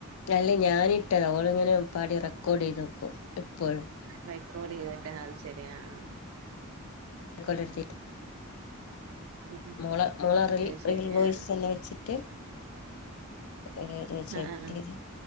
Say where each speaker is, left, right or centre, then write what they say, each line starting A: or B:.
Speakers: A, on the left; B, on the right.
A: അല്ല ഞാനിട്ടത ഓളിങ്ങനെ പാടി റെക്കോർഡ് ചെയ്ത്പ്പോ എപ്പോഴും
B: റെക്കോർഡ് ചെയ്തിട്ട് അതുശരി ആഹ് ആഹ്
A: <unintelligible>
B: ഉം ഉം
A: മോള് മോള റിൽ
B: അത് ശരി
A: റിയൽ വോയ്‌സല്ലാം
B: ആ
A: വെച്ചിട്ട് ഏഹ് സെറ്റ
B: ആ ആ
A: യ്ത്